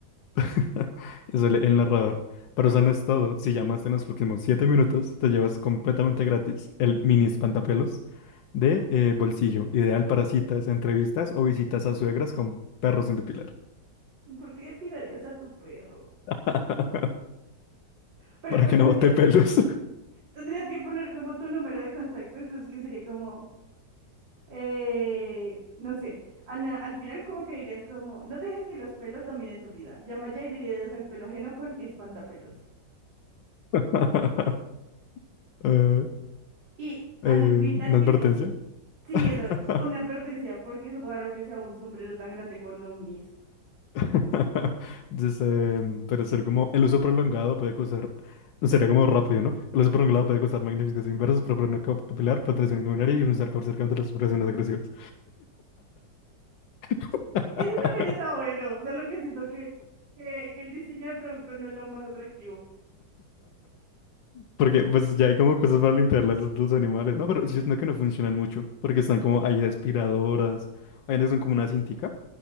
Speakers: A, on the left; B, on the right.
A: <laughs> Es el, el narrador. Pero eso no es todo. Si llamaste en los próximos 7 minutos, te llevas completamente gratis el mini espantapelos de eh, bolsillo, ideal para citas, entrevistas o visitas a suegras con perros sin depilar.
B: ¿Por qué depilarías a tu perro?
A: <laughs>
B: Pero
A: Para
B: pues
A: que
B: tendrías,
A: no bote pelos.
B: tendrías que poner como tu número de contacto, entonces que sería como Eh, no sé, al, na- al final como que dirías como, no dejes que los pelos dominen tu vida. Llama ya y dile adiós al pelo ajeno con espantapelos.
A: <laughs> Eh,
B: Y al
A: eh,
B: final,
A: una
B: final,
A: advertencia.
B: sí,
A: <laughs>
B: eso, una advertencia, porque es raro que sea un sombrero tan grande con ovnis.
A: <laughs> Entonces, eh, puede ser como el uso prolongado puede causar, sería como rápido, ¿no? El uso prolongado puede causar magnificación inversa, proliferación capilar, protección inmunitaria y un usar cáncer contra las operaciones agresivas. <laughs>
B: Ese también está bueno, solo que siento que, que, que el diseño del producto no es lo más atractivo.
A: Porque pues ya hay como cosas para limpiarlas de los animales, ¿no? Pero yo siento que no funcionan mucho, porque están como hay aspiradoras, hay unas que son como una cintica,